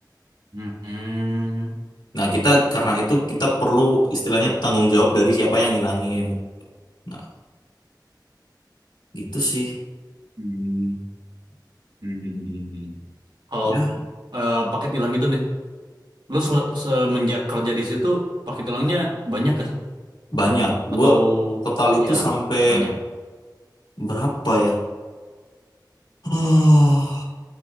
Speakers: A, on the right; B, on the left.
A: Hmm.
B: Nah, kita karena itu kita perlu istilahnya
A: Oh.
B: tanggung jawab dari siapa yang ngilangin. Nah, gitu sih.
A: Hmm. Hmm. Hmm. Kalau
B: Ya,
A: eh, paket hilang gitu nih, Lu se- semenjak kerja di situ pakai tulangnya banyak gak sih?
B: banyak.
A: Atau
B: Gue total itu
A: jarang?
B: sampai
A: Banyak.
B: berapa ya? <sighs> Oh,